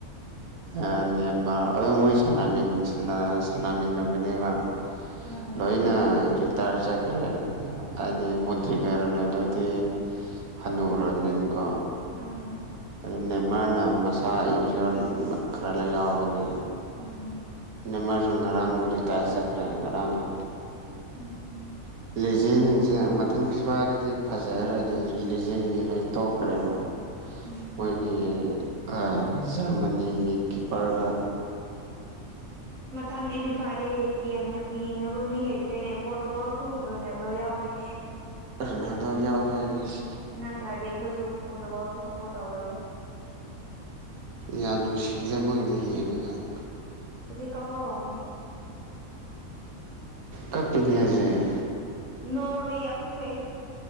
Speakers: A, on the right; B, on the right.
A: ꯑ ꯅꯦꯃꯥꯔ ꯑꯗꯨꯝ ꯃꯣꯏ ꯁꯥꯟꯅꯃꯤ ꯁꯥꯟ ꯁꯥꯅꯃꯤꯟ ꯅꯕꯅꯦꯕ
B: ꯎꯝ
A: ꯂꯣꯏꯅ ꯇꯥꯔ ꯆꯠꯈ꯭ꯔꯦ ꯍꯥꯏꯗꯤ ꯃꯨꯗ꯭ꯔꯤꯛꯀ ꯔ‌ꯣꯅꯥꯜꯗ‌ꯣ ꯗꯤ ꯍꯅꯨꯔꯝ ꯅꯤꯅꯀꯣ
B: ꯎꯝ
A: ꯑꯗꯨꯝ ꯅꯦꯝꯃꯥꯔꯅ ꯃꯁꯥ ꯏꯟꯖꯤꯌ‌ꯣꯔ ꯈꯔ ꯂꯩ ꯌꯥꯎꯕꯅꯦ
B: ꯎꯝ
A: ꯅꯦꯝꯃꯔꯥꯁꯨ ꯉꯔꯥꯡ ꯔꯤꯇꯌꯥꯔ ꯆꯠꯈ꯭ꯔꯦ ꯉꯔꯥꯡꯅ
B: ꯎꯝ
A: ꯂꯤꯖꯦꯟꯁꯤꯡꯁꯦ ꯃꯊꯪ ꯐꯤꯐꯥꯗꯗꯤ ꯐꯖꯔꯅꯤ ꯂꯤꯖꯦꯟꯁꯤꯡꯁꯦ ꯂꯣꯏ ꯇꯣꯛꯈ꯭ꯔꯦꯕ
B: ꯎꯝ
A: ꯃꯣꯏꯒꯤ ꯀ ꯖꯔꯃꯅꯤꯒꯤ ꯀꯤꯞꯄꯔꯒ
B: ꯃꯊꯪꯒꯤ ꯐꯤꯐꯥꯗꯤ ꯌꯦꯡꯅ ꯌ‌ꯦꯡꯅꯕ ꯃꯤ ꯂꯩꯇ꯭ꯔꯦꯅꯦ ꯄꯣꯔꯇꯨꯒꯜ ꯁꯨ ꯔ‌ꯣꯅꯥꯜꯗ‌ꯣ ꯌꯥꯎꯕꯩꯅꯦ
A: ꯔꫭꯅꯥꯜꯗꯣ ꯌꯥꯎꯕꯩꯅ‌ꯦ
B: ꯅꯇꯥꯔꯗꯤ ꯑꯩꯈꯣꯏꯁꯨ ꯄ‌ꯣꯔꯇꯨꯒꯜꯁꯤ ꯁꯞꯄꯣꯔꯠ ꯇꯧꯔꯔ‌ꯣꯏ
A: ꯌꯥꯝ ꯅꯨꯡꯁꯤꯌ‌ꯦꯗ ꯃ‌ꯣꯏꯕꯨ ꯌꯦꯡꯉꯒ
B: ꯍꯧꯖꯤ ꯀꯥꯞꯄ ꯍꯧꯕꯅꯦ
A: ꯀꯞ ꯄꯤꯅ‌ꯦ ꯍꯧꯖꯤꯛ
B: ꯅꯣꯔꯋꯦ ꯑꯃꯨꯛ ꯂꯩ